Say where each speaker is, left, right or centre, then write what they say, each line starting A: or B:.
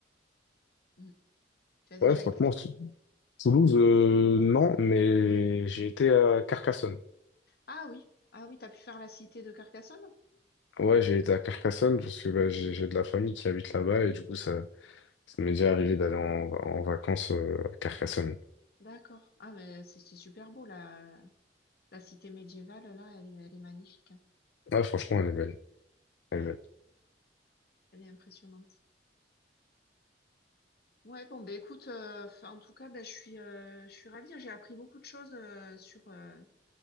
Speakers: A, on the left; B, on the left.
A: Mm. Tu as déjà
B: Ouais, franchement,
A: été?
B: Toulouse, euh, non, mais
A: Ouais.
B: j'ai été à Carcassonne.
A: Ah oui, ah oui, t'as pu faire la cité de Carcassonne?
B: Ouais, j'ai été à Carcassonne parce que bah, j'ai j'ai de la famille qui habite là-bas et du coup, ça, ça m'est déjà arrivé d'aller en, en vacances euh, à Carcassonne.
A: D'accord. Ah mais c'est c'est super beau la, la cité médiévale là, elle est, elle est magnifique. hein.
B: Ouais, franchement, elle est belle.
A: Ouais,
B: Elle est belle.
A: elle est impressionnante. Ouais, bon ben écoute, euh, fin- en tout cas, ben, je suis euh, je suis ravie. hein. J'ai appris beaucoup de choses euh, sur euh,